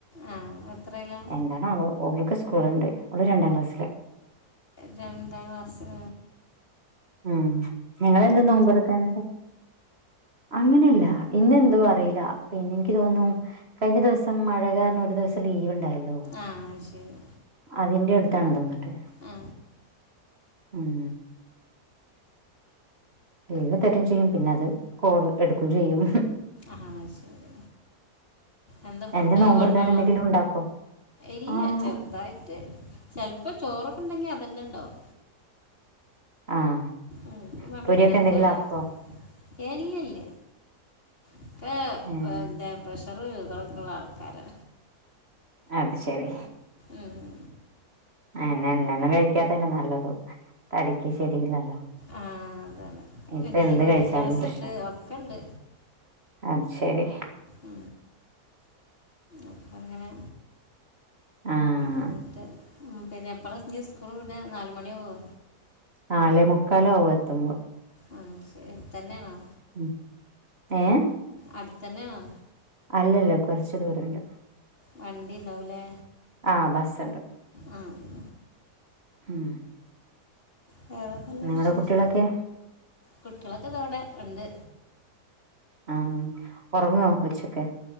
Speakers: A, on the left; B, on the right.
A: ആ എത്രയിലാ
B: എന്താണാവോ ഓൾക്ക് സ്കൂളുണ്ട്. അവള് രണ്ടാം ക്ലാസിലാ
A: രണ്ടാം ക്ലാസ്
B: ഉം നിങ്ങളെന്ത് നോമ്പെടുക്കാഞ്ഞത് അങ്ങനെയല്ല ഇന്ന് എന്തോ അറിയില്ല. പിന്നെ എനിക്ക് തോന്ന്ണു കഴിഞ്ഞ ദിവസം മഴ കാരണം ഒരു ദിവസം ലീവ് ഉണ്ടായല്ലോ
A: ആ ശരി
B: അതിന്റെ അടുത്താണ് തോന്ന്ണ്ട്
A: ആ
B: ഉം ഇല്ലെന്ന് തെറ്റും ചെയ്യും പിന്നെ അത് കോൾ എടുക്കും ചെയ്യും
A: ആഹ് ശരി എന്താ ഫുഡൊക്കെ
B: എന്റെ നോമ്പറക്കാൻ
A: കൊണ്ടോണോ
B: എന്തെങ്കിലും ഉണ്ടാക്കോ?
A: ഇല്ല
B: ആഹ്
A: ചെറുതായിറ്റ് ചെലപ്പോ ചോറൊക്കെ ഉണ്ടെങ്കി അതന്നെ ഉണ്ടാവും
B: ആഹ്
A: ഇഞ്ഞിപ്പാണ്ട്
B: പൊരിയൊക്കെ
A: ഉണ്ടാക്കാ
B: എന്തെങ്കിലും
A: വിചാരിച്ച്
B: ആക്കോ?
A: ഏയ് ഇല്ലല്ല ഇപ്പ
B: ഏഹ്
A: ദേ പ്രശ് റ് ശുഗറൊക്കെ ഉള്ള ആൾക്കാരാ.
B: അത് ശരി
A: ഉം.
B: എണ്ണ ഒന്നും കഴിക്കാത്തന്നെ നല്ലത് തടിക്ക് ശരിയല്ലല്ലോ.
A: ആഹ് അതാണ്
B: ഇപ്പൊ
A: പിന്നെ
B: എന്ത്
A: യൂറിക്
B: കഴിച്ചാലും
A: ആസിഡ്
B: പ്രശ്നാ.
A: ഒക്കെണ്ട്
B: അത് ശരി
A: ഉ അപ്പം അങ്ങനെ
B: ആഹ്
A: എന്നിട്ട് പിന്നെ എപ്പളാ ഇനി സ്കൂള് വിട്ക. നാല് മണിയാകുമോ
B: നാലെ മുക്കാലാകും എത്തുമ്പം.
A: അത് ശരി തന്നെയാണോ
B: ഉം. ഏഹ്
A: അടുത്തന്നെ ആണോ
B: അല്ലല്ല കൊറെച്ച് ദൂരണ്ട്.
A: വണ്ടി ഇണ്ടാവുംലേ
B: ആ ബസ്ണ്ട്.
A: ഉം
B: ഉം
A: വെറെന്തെല്ലാം
B: നിങ്ങടെ
A: വിശേഷം
B: കുട്ടികളൊക്കെ
A: കുട്ടികളൊക്കെ ഇതാ ഇവടെ ഉണ്ട്.
B: ആഹ്. ഉറങ്ങുവാ കൊച്ചെക്കെ.